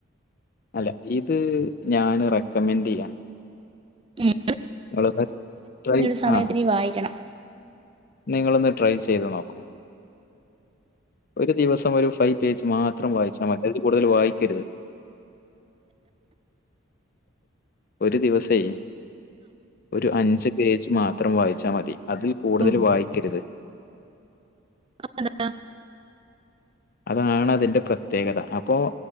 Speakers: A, on the left; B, on the right.
A: അല്ല ഇത് ഞാന് റെക്കമെൻഡ് ചെയ്യാം.
B: ഉം
A: ഇങ്ങളൊന്ന് ട്രൈ
B: ഒരു സമയത്തിന്
A: ആഹ്.
B: വായിക്കണം.
A: നിങ്ങളൊന്ന് ട്രൈ ചെയ്ത് നോക്കൂ. ഒരു ദിവസം ഒരു ഫൈവ് പേജ് മാത്രം വായിച്ചാ മതി അതി കൂടുതൽ വായിക്കരുത്. ഒരു ദിവസേ ഒരു അഞ്ച് പേജ് മാത്രം വായിച്ചാ മതി അതിൽ കൂടുതൽ
B: ഉം
A: വായിക്കരുത്.
B: ആതെന്താ.
A: അതാണ് അതിന്റെ പ്രത്യേകത അപ്പോ